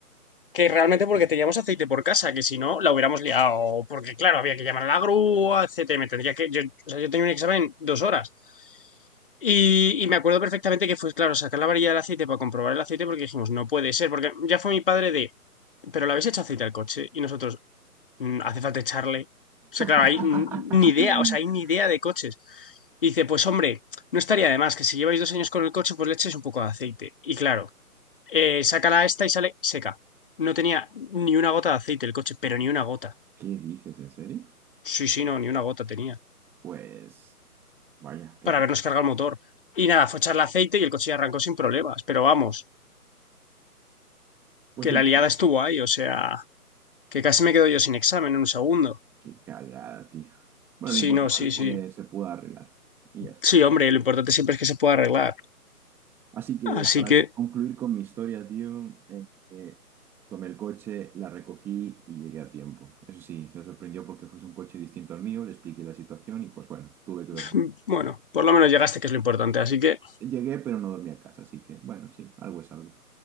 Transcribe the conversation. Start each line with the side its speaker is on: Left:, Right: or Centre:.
Left: Que realmente porque teníamos aceite por casa, que si no, la hubiéramos liado. Porque, claro, había que llamar a la grúa, etcétera. Me tendría que. Yo, o sea, yo tenía un examen en dos horas. Y, y me acuerdo perfectamente que fue, claro, sacar la varilla del aceite para comprobar el aceite, porque dijimos, no puede ser. Porque ya fue mi padre de, pero le habéis hecho aceite al coche. Y nosotros, "Mm, hace falta echarle. O sea, claro,
Centre: <laughs>
Left: hay n- ni idea, o sea, hay ni idea de coches. Y dice, pues hombre, no estaría de más que si lleváis dos años con el coche, pues le echéis un poco de aceite. Y claro eh, saca la esta y sale seca. No tenía ni una gota de aceite el coche, pero ni una gota.
Centre: ¿Qué dices, en serio?
Left: Sí, sí, no, ni una gota tenía.
Centre: Pues, vaya, qué...
Left: Para
Centre: ca-
Left: habernos cargado el motor. Y nada, fue echarle aceite y el coche ya arrancó sin problemas. Pero vamos,
Centre: Pues
Left: que
Centre: el
Left: la liada
Centre: caso,
Left: estuvo ahí, o sea, que casi me quedo yo sin examen en un segundo.
Centre: qué cagada, tío. Bueno,
Left: Sí,
Centre: lo importante
Left: no, sí,
Centre: es
Left: sí.
Centre: que se pueda arreglar. Y ya está.
Left: Sí, hombre, lo importante siempre es que se pueda arreglar.
Centre: Así que
Left: Así
Centre: para
Left: que,
Centre: concluir con mi historia, tío, eh, eh, tomé el coche, la recogí y llegué a tiempo. Eso sí, se sorprendió porque fuese un coche distinto al mío, le expliqué la situación y pues bueno, tuve que dormir.
Left: mm, bueno, por lo menos llegaste, que es lo importante. Así que,
Centre: Llegué, pero no dormí a casa, así que bueno, sí, algo es algo.